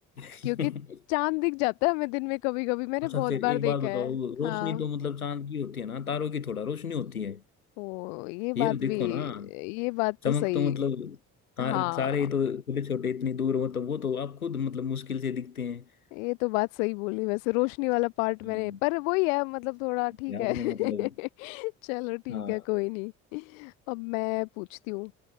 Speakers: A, on the left; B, on the left.
A: <laughs>
B: क्योंकि चांद दिख जाता है हमें दिन में कभी कभी मैंने
A: अच्छा
B: बहुत
A: फिर
B: बार
A: एक
B: देखा
A: बात बताओ
B: है
A: रोशनी
B: हाँ
A: तो मतलब चांद की होती है ना तारों की थोड़ा रोशनी होती है
B: ओ ये बात
A: ये तो
B: भी
A: देखो ना
B: ये बात
A: चमक
B: तो सही
A: तो मतलब तार
B: हाँ
A: तारे ही तो छोटे छोटे इतनी दूर हो तो वो तो आप खुद मतलब मुश्किल से दिखते हैं
B: ये तो बात सही बोली वैसे रोशनी वाला पार्ट
A: हम्म,
B: मैंने पर वही है मतलब थोड़ा ठीक
A: ये
B: है
A: आपने मतलब
B: <laughs> चलो ठीक
A: हाँ
B: है कोई नहीं अब मैं पूछती हूँ